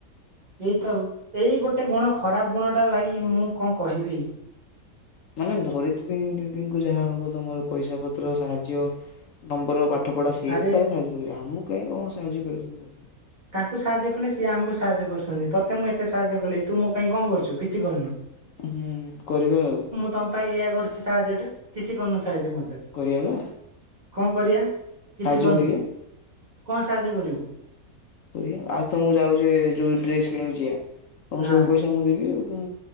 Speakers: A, on the right (about 30°); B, on the left (about 70°).
A: ଏଇ ତ ଏଇ ଗୋଟେ ଗୁଣ ଖରାପ ଗୁଣ ଟା ଭାଇ ମୁଁ କଣ କହିବି।
B: ମାନେ ଧରିତ୍ରୀ ଦିଦିଙ୍କୁ ଯାହା ହବ ତମର ପଇସା ପତ୍ର ସାହାଯ୍ୟ ନମ୍ବର ପାଠ ପାଠ ପଢା ସେଇ
A: ଆରେ
B: ତ ତମକୁ ସାହାଯ୍ୟ କରିବେ। ଆମ କାହିଁ କଣ ସାହାଯ୍ୟ କରିବେ।
A: ତାଙ୍କୁ ସାହାଯ୍ୟ କଲେ ସିଏ ଆମକୁ ସାହାଯ୍ୟ କରୁଛନ୍ତି। ତତେ ମୁଁ ଏତେ ସାହାଯ୍ୟ କଲି ତୁ ମୋ ପାଇଁ କଣ କରୁଛୁ କିଛି କରିନୁ?
B: ହୁଁ କରିବା ଆଉ।
A: ତମ ପାଇଁ ଇଆ କରଛି ସାହାଯ୍ୟ ଟେ କିଛି କରନୁ ସାହାଯ୍ୟ ମତେ।
B: କରିବା ବା।
A: କଣ କରିବା କିଛି
B: ସାହାଯ୍ୟ
A: କରୁନୁ
B: କରିବା
A: କଣ ସାହାଯ୍ୟ କରିବୁ?
B: କରିଆ। ଆସ ତମକୁ ଯାଉଛ ଯୋଉ ଡ୍ରେସ କିଣିଆକୁ ଯିବା ତମକୁ
A: ହଁ
B: ସବୁ ପଇସା ମୁଁ ଦେବି ଆଉ।